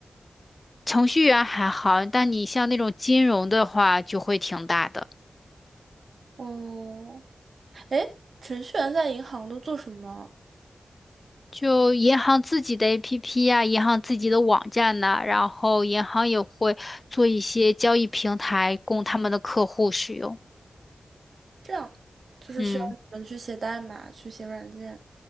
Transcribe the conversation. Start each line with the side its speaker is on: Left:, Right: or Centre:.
Left: 程序员还好，但你像那种金融的话，就会挺大的。
Right: 哦，哎，程序员在银行都做什么？
Left: 就银行自己的 APP 呀、银行自己的网站呐、然后银行也会做一些交易平台供他们的客户使用。
Right: 这样就是需要你们去写代码，
Left: 嗯，
Right: 去写软件。